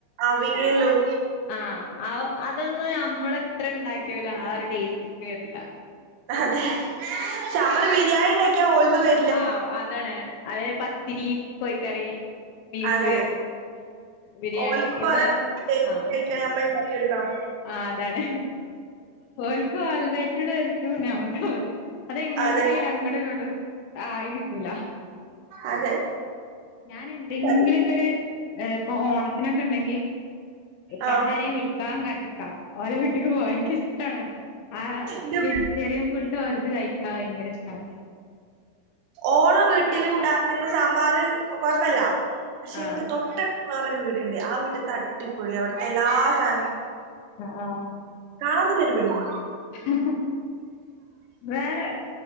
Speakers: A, on the right; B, on the left.
A: അവിയലും
B: ആഹ ആഹ് അതൊന്നും ഞമ്മളെത്ര ണ്ടാക്കിലു ആ ഒരു ടെസ്റ്റിക്ക് വരില്ല
A: അതെ. ഞമ്മള് ബിരിയാണിണ്ടാക്ക്യ ഓൽതു വെ
B: ആഹ് അതാണ് അത് പത്തിരി കോയിക്കറി ബീഫ്
A: അതെ
B: ബിരിയാണി
A: ഓൽക്കിപ്പോ
B: ഇത്
A: അത
B: ആഹ്.
A: <unintelligible> നമ്മൾ ഉണ്ടാക്കിടുക്കണം.
B: ആഹ് അതാണ് ഓൽക്ക് <unintelligible> <unintelligible> അതെങ്ങനെ
A: അതെ
B: ആയലും അങ്ങടും ഇങ്ങടും ആയി കിട്ടൂല.
A: അതെ.
B: ഞാന് എന്തെങ്കിലുക്കൊര്
A: അത്
B: ഏ ഇപ്പൊ ഓണത്തിനൊക്കെണ്ടെങ്കി ഈ പെണ്ണാരേം
A: ആഹ്
B: വിളിക്കാൻ കാത്തിക്കാ ഓലെ വീട്ടിക്ക് പോവാ എനിക്കിഷ്ടാണ് ആ
A: ന്റെ
B: വെജിറ്റേറിയൻ ഫുണ്ട് ഒര്ന്ന് കയിക്കാൻ ഭയങ്കര ഇഷ്ടണ്
A: ഓണ വീട്ടിലുണ്ടാ ക്കുന്ന സാമ്പാർ കുഴപ്പില്ല പക്ഷെ
B: ആഹ്
A: അതിന്റെ തൊട്ടടുത്ത് വേറൊരു വീടുണ്ട് ആ വീട്ടത്തെ അടി പൊളിയാണ് അവിടുത്തെ എല്ലാ സാനു
B: ആഹ് ആഹ
A: കാണാ തന്നെ ഒരു ഭംഗി
B: ഹ്മ് വേറെ